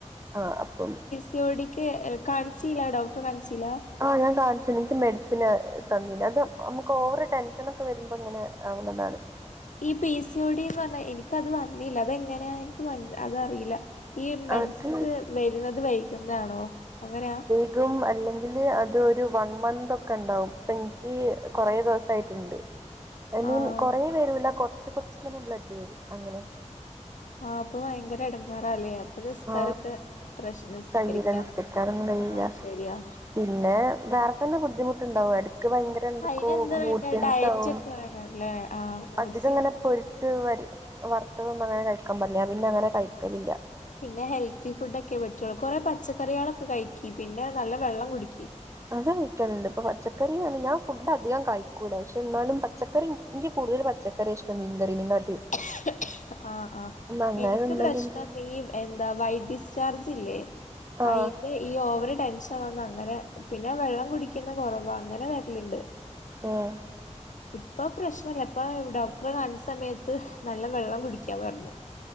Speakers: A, on the right; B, on the left.
A: ആ അപ്പം
B: പിസി ഓ ടി ക്ക് കാണിചില്ല ഡോക്ടർ കാണിച്ചില്ല
A: ആഹ് ഞാൻ കാണിച്ച എനിക്ക് മെഡിസിന് തന്നീനി അത് നമുക്ക് ഓവറ് ടെൻഷനൊക്കെ വരുമ്പോ ഇങ്ങനെ ആവുന്നുടർന്ന്
B: ഈ പി എസ് സി ഓടിന്ന് പറഞ്ഞാൽ എനിക്കത് വന്നില്ല അത എങ്ങനെയ എനിക്ക് അത്റിയില്ല ഈ മൻസ്
A: അത്
B: വരുന്നത് വൈകുന്നതാണോ അങ്ങനെയാ
A: ഇതും അല്ലെങ്കി അത ഒരു വൺ മന്ത് ഒക്കെ ഉണ്ടാവും അപ്പൊ എനിക്ക് കുറെ ദിവസയിട്ടുണ്ട് ഐ മീൻ
B: ആഹ്
A: കുറേ വരൂല്ല കുറച്ച് കുറച്ചങ്ങനെ ബ്ലഡ് വരും അങ്ങനെയൊക്കെ
B: ആഹഹ് അപ്പൊ ഭയങ്കര ഇടങ്ങാറാലേ അപ്പ നിസ്കാരക്കെ
A: ആ
B: പ്രശ്നസ് നിസ്കരിക്കാം
A: കഴിയില്ല നിസ്കരിക്കാനൊന്നും കഴിയില്ല.
B: ആ ശരിയാ
A: പിന്നെ വേറെ തന്നെ ബുദ്ധിമുട്ടുണ്ടാവും എടക്ക് ഭയങ്കര എന്തൊക്കോ
B: അയിനെന്താ
A: മൂട്സെൻസവും
B: വേണ്ടേ ഡയറ്റ് ഒക്കെ വേണല്ലേ ആഹ് മൂഡ്
A: അധികം
B: സ്വിങ്സ്
A: ഇങ്ങനെ
B: ഒക്കെ
A: പൊരിച്ച് വരും വർത്തവൊന്നും അങ്ങനെ കഴിക്കാൻ പില്ല പിന്നെ അങ്ങനെ കഴിക്കലില്ല
B: പിന്നെ ഹെൽത്തി ഫുഡ ഒക്കെ പറ്റുള്ളൂ കുറെ പച്ചക്കറികളൊക്കെ കഴിക്കി പിന്നെ നല്ല വെള്ളം കുടിക്കി
A: അതാ കഴിക്കാനുണ്ട് ഇപ്പൊ പച്ചക്കറാണ് ഞാൻ ഫുഡ് അധികം കഴിക്കൂല പക്ഷെ എന്നാലും പച്ചക്കറി എനിക്ക് കൂടുതൽ പച്ചക്കറി ഇഷ്ടം മീങ്കറിങ്ങാട്ടി
B: <unintelligible> ആഹ് ആഹ്
A: അങ്ങനെ
B: എനിക്ക്
A: തിന്നലുണ്ട്
B: പ്രശ്നം ഈ എന്താ വൈഡ് ഡിസ്ചാർജ് ഇല്ലേ
A: ആഹ്
B: അയില്ലെ ഈ ഓവർ ടെൻഷൻ വന്ന് അങ്ങനെ പിന്നെ വെള്ളം കുടിക്കുന്ന കുറവാ അങ്ങനെ വരിലണ്ട്
A: ഓഹ്
B: ഇപ്പൊ പ്രശ്നല്ല ഇപ്പൊ ഡോക്ടർ കാണ്ച്ച സമയത്ത് നല്ല വെള്ളം കുടിക്കാ പറഞ്ഞു